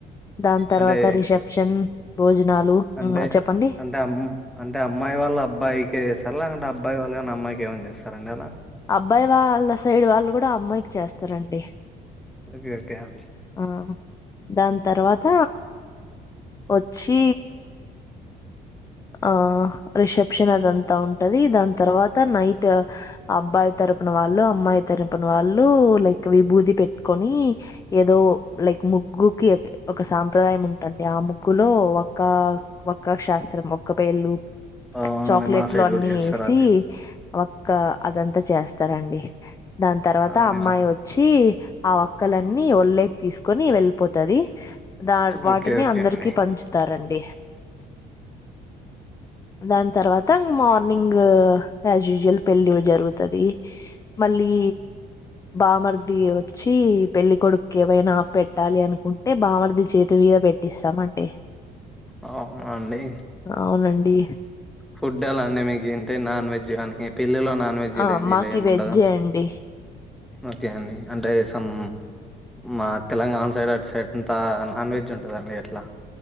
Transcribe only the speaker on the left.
దాని తర్వాత
రిసెప్షన్ భోజనాలు
చెప్పండి
అబ్బాయి వాళ్ళ సైడ్ వాళ్ళు కూడా అమ్మాయికి చేస్తారండి
ఆ దాని తర్వాత వచ్చి ఆ రిసెప్షన్ అదంతా ఉంటది దాని తర్వాత నైట్ అబ్బాయి తరపున వాళ్ళు అమ్మాయి తరపున వాళ్ళు లైక్ విభూతి పెట్టి కోని ఏదో లైక్ ముగ్గుకి ఒక సాంప్రదాయం ఉంటుంది ఆ ముగ్గులో ఒ ఒక్క శాస్త్రం ఒక పేళ్ళు
చాక్లెట్లు
అన్ని
ఎసి
ఒక్క అదంతా చేస్తారండి దాని తర్వాత
అమ్మాయి వచ్చి ఆ ఒక్కలన్నీ ఒళ్లేకి తీసుకొని వెళ్ళిపోతది దా వాటిని
అందరికి
పంచుతారండి దాని తర్వాత మార్నింగ్ యాజ్ యూజువల్ పెళ్ళి జరుగుతది మళ్ళీ బామర్ది వచ్చి పెళ్లి కొొడుక్కు ఏవైనా పెట్టాలి అనుకుంటే బామర్ది చేతి మీద పెట్టిస్తామండి
అవునండి
ఆ మాకి
వెజ్జే
అండి